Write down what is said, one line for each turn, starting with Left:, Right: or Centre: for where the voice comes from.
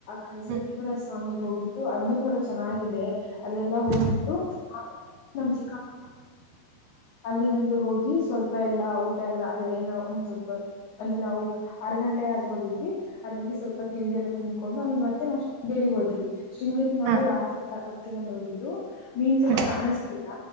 Left: ಕಳಸ
Right: ಹ್ಮ್
Left: ಚಿನ್ನ ಸ್ವಾಮಿ ಹೋಗ್ಬಿಟ್ಟು ಅಲ್ಲು ಕೂಡ ಚೆನ್ನಾಗಿದೆ ಅಲ್ಲೆಲ್ಲ ಹೋಗಿಬಿಟ್ಟು
Right: ಹಾ
Left: ಆಮೇಲೆ ನಮ್ಮ ಚಿಕ್ಕಪ್ಪ ಅಲ್ಲಿ ಹಂಗೆ ಹೋಗಿ ಸ್ವಲ್ಪ ಯಲ್ಲಾ ಊಟ ಯಲ್ಲಾ ಅಂದ್ರೆ ಏನೋ ಒಂದು ಸ್ವಲ್ಪ ಅಂದ್ರೆ ನಾವು ಆರು ಗಂಟೆ ಆಗಿ ಹೋಗಿದ್ವಿ ಅಲ್ಲಿ ಹೋಗಿ ಸ್ವಲ್ಪ ತಿಂಡಿ ಯಲ್ಲಾ ತಿನಕೊಂಡು ಆಮೇಲೆ ಮತ್ತೆ ನಾವು ಶೃಂಗೇರಿಗೆ ಹೋದ್ವಿ ಬಿಗ್ ಶೃಂಗೇರಿಗೆ
Right: ಹಾ
Left: ನಾವು
Right: ಹಾ
Left: ರಾತ್ರಿ ಮಂದದಲ್ಲಿ ಹೋಗಿದ್ದು ನಿನ್ ಸ್ವಲ್ಪ
Right: ಹ್ಮ್
Left: ಕನಸಲಿಲ್ಲ